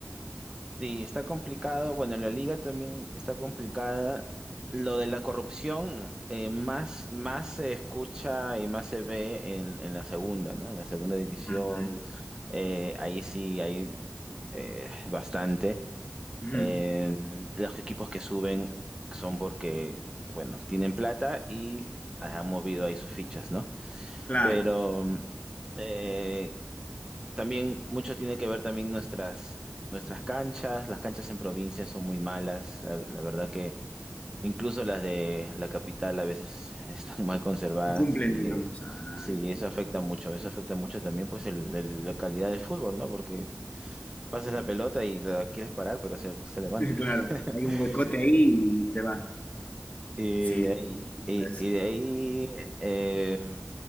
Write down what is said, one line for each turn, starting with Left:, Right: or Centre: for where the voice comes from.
Right: Sí, está complicado. Bueno, la liga también está complicada. Lo de la corrupción eh, más, más se escucha y más se ve en, en la segunda, ¿no? En la segunda división.
Left: Ah, ya.
Right: eh, ahí sí hay eh, bastante.
Left: Ujú,
Right: Eh, los equipos que suben son porque, bueno, tienen plata y han movido ahí sus fichas, ¿no?
Left: Claro,
Right: Pero eh, también mucho tiene que ver también nuestras, nuestras canchas. Las canchas en provincia son muy malas. La, la verdad que incluso las de la capital a veces están <laughs> mal conservadas
Left: no cumplen,
Right: y
Left: digamos.
Right: eh,
Left: Ah,
Right: sí,
Left: ya.
Right: eso afecta mucho. Eso afecta mucho también pues el- el- la calidad del fútbol, ¿no? Porque pasas la pelota y la quieres parar, pero se, se levanta.
Left: <laughs> Claro,
Right: <laughs>
Left: hay un huecote ahí y se va.
Right: Y
Left: Sí,
Right: de ahí,
Left: sí,
Right: y,
Left: eso,
Right: y de ahí eh,